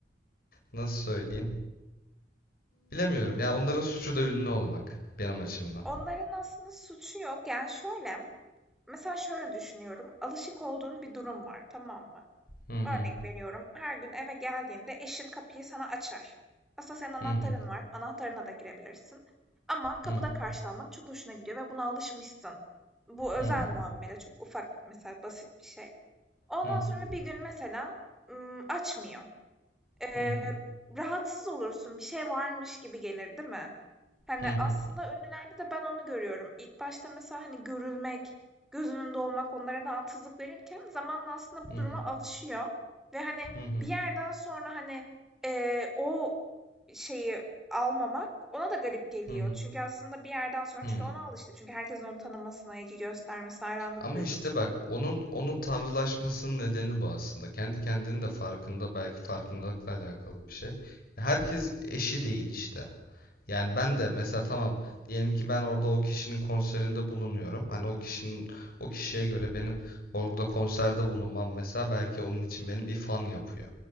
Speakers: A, on the left; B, in the centre.
A: nasıl söyleyeyim? Bilemiyorum ya onların suçu da ünlü olmak benim açımdan.
B: Onların aslında suçu yok. Yani şöyle, mesela şöyle düşünüyorum. Alışık olduğun bir durum var, tamam mı?
A: Hı hı.
B: Örnek veriyorum, her gün eve geldiğinde eşin kapıyı sana açar. Aslında senin anahtarın
A: Hı hı.
B: var, anahtarına da girebilirsin. Ama kapıda
A: Hı hı.
B: karşılanmak çok hoşuna gidiyor ve buna alışmışsın. Bu özel
A: Hı hı.
B: muamele, çok ufak, mesela basit bir şey. Ondan
A: Hı hı.
B: sonra bir gün mesela ım, açmıyor. Eee,
A: Hı hı.
B: rahatsız olursun, bir şey varmış gibi gelir, değil mi? Hani,
A: Hı hı.
B: aslında ünlülerde de ben onu görüyorum. İlk başta mesela, hani, görülmek, göz önünde olmak onlara rahatsızlık verirken zamanla aslında bu
A: Hı hı.
B: duruma
A: Hı hı.
B: alışıyor ve, hani,
A: Hı hı.
B: bir yerden sonra, hani, eee, o şeyi almamak ona da garip geliyor.
A: Hı hı.
B: Çünkü aslında bir yerden sonra
A: Hı.
B: çünkü ona alıştı. Çünkü herkesin onu tanımasına, ilgi göstermesine, hayranlık
A: Ama
B: duymasına.
A: işte bak onun onun tanrılaşmasının nedeni bu aslında. Kendi kendinin de farkında belki farkındalıkla alakalı bir şey. Herkes eşi değil işte. Yani ben de mesela tamam diyelim ki ben orada o kişinin konserinde bulunuyorum. Hani o kişinin o kişiye göre benim orada konserde bulunmam mesela belki onun için beni bir fan yapıyor.